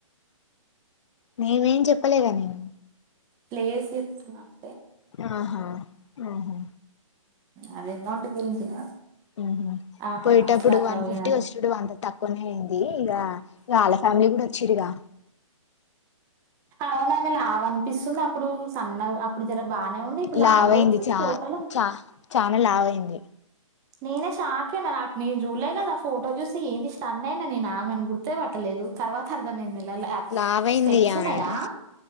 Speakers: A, on the left (about 60°); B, on the right (about 20°).
A: నేనేం చెప్పలేదు అనగా
B: ప్లేస్ ఇస్తునాను
A: ఆహా ఆహా
B: అది అమౌంట్ గురించి కాదు
A: ఉహ
B: ఆహా
A: పోయేటప్పుడు
B: అట్లా అట్లా
A: వన్
B: పోయినా
A: ఫిఫ్టీ వచ్చేడు అంత తక్కువనే అయింది ఇక వాళ్ళ ఫ్యామిలీ కూడా చిరిగా
B: అవునా ఆమె లవ అనిపిస్తుంది అప్పుడు సన్న అప్పుడు జర బాగానే ఉండి ఇప్పుడు
A: లావు
B: కొడుతుంది
A: అయింది చా
B: ఫోటోలో
A: చా చనా లావు అయింది
B: నేనే షాక్ అయిన నాకు నేను చూలే కదా ఫోటో చూసి స్టన్నయినా నేను ఆమెను గుర్తే పట్టలేదు తర్వాత అర్థమైంది ఇలా
A: లావైంది
B: స్పెట్స్
A: అమె
B: ఉన్నాయా